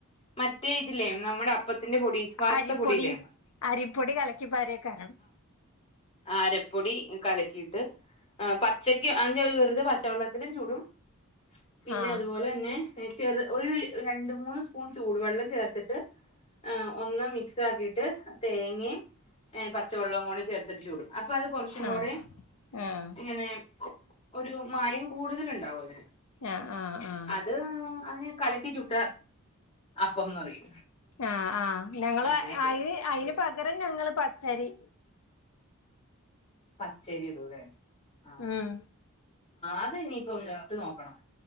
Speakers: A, on the left (about 25°); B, on the left (about 80°).
A: മറ്റേ ഇതില്ലേ നമ്മുടെ അപ്പത്തിന്റെ പൊടി. വറുത്ത
B: അരിപ്പൊടി
A: പൊടിയില്ലേ
B: അരിപ്പൊടി കലക്കിപ്പാരേക്കാരം.
A: അരിപ്പൊടി കലക്കിട്ട് ആഹ് പച്ചക്ക് അയിന്റെ ഒരു വെറുതെ പച്ചവെള്ളം. ഇതിലും ചുടും. പിന്നെ
B: ആഹ്
A: അതുപോലെ തന്നെ ചെറു ഒരു രണ്ട് മൂന്ന് സ്പൂൺ ചൂടുവെള്ളം ചേർത്തിട്ട്. ഏഹ് ഒന്ന് മിക്സാക്കിട്ട് തേങ്ങേം പച്ചവെളളും കൂടി ചേർത്ത് ചുടും അപ്പൊ അത് കൊർച്ചുംകൂടെ
B: ഉം ആഹ്
A: ങ്ങനെ ഒരു മയം കൂടുതൽ ഇണ്ടാവൊലോ.
B: ആഹ് ആഹ് ആഹ് ആഹ്
A: അത് അങ്ങനെ കലക്കി ചുട്ട അപ്പംന്ന് പറയും.
B: ആഹ് ആ ഞങ്ങള്
A: അങ്ങനെയൊക്കെ
B: അയ്ന് അയ്ന് പകരം ഞങ്ങള് പച്ചരി
A: പച്ചരിടുലെ ആഹ്
B: ഉം
A: അത് ഇനിപ്പോ ചുട്ട് നോക്കണം.